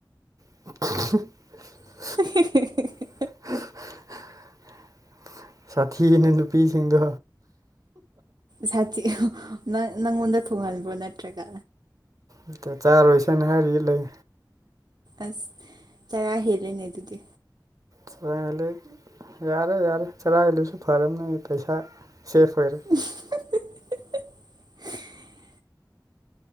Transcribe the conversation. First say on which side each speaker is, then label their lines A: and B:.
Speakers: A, on the right (about 45°); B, on the right (about 60°).
A: <inaudible>
B: <inaudible>
A: <inaudible> ꯁꯥꯊꯤꯅꯦ ꯅꯨꯄꯤꯁꯤꯡꯗꯣ
B: ꯁꯥꯊꯤ ꯅꯪ ꯅꯪꯉꯣꯟꯗ ꯊꯣꯡꯍꯟꯕ꯭ꯔꯣ ꯅꯠꯇ꯭ꯔꯒ
A: ꯑꯇꯩ ꯆꯥꯔꯣꯏꯁꯦꯅ ꯍꯥꯏꯔꯤ ꯂꯩ
B: ꯑꯁ ꯆꯔꯥ ꯍꯦꯜꯂꯦꯅꯦ ꯑꯗꯨꯗꯤ
A: ꯆꯔꯥ ꯍꯦꯜꯂꯦ ꯌꯥꯔꯦ ꯌꯥꯔꯦ ꯆꯔꯥ ꯍꯦꯜꯂꯁꯨ ꯐꯔꯕꯅꯦ ꯑꯩ ꯄꯩꯁꯥ ꯁꯦꯐ ꯑꯣꯏꯔꯦ
B: <inaudible>